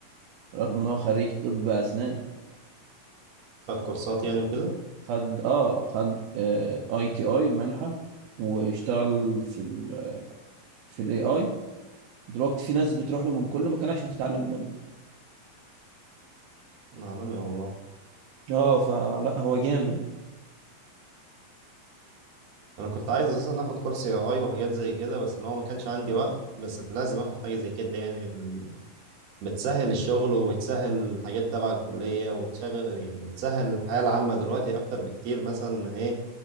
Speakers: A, on the right; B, on the right.
A: رغم إن هو خريج طب أسنان
B: خد كورسات يعني وكده
A: خد آه خد أي تي أي منحة واشتغل في ال في ال AI دلوقتي في ناس بتروح له من كل مكان عشان تتعلم منه
B: عالمي والله
A: اه فلا هو جامد
B: انا كنت عايز اساسا اخد كورس اي اي وحاجات زي كده بس اللي هو ما كانش عندي وقت بس لازم اخد حاجه زي كده يعني ال- بتسهل الشغل وبتسهل حاجات تبع الكليه وبتشغل يعني بتسهل الحياه العامه دلوقتي اكتر بكتير مثلا ما ايه